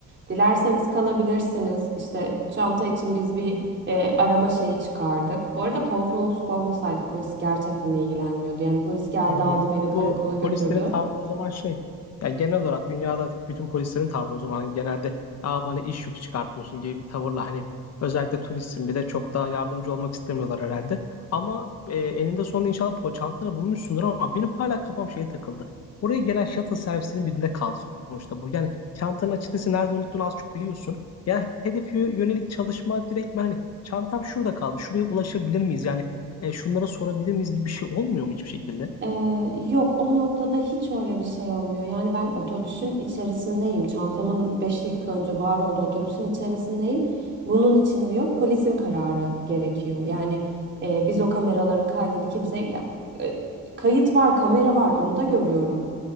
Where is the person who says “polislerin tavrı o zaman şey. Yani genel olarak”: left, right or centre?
Left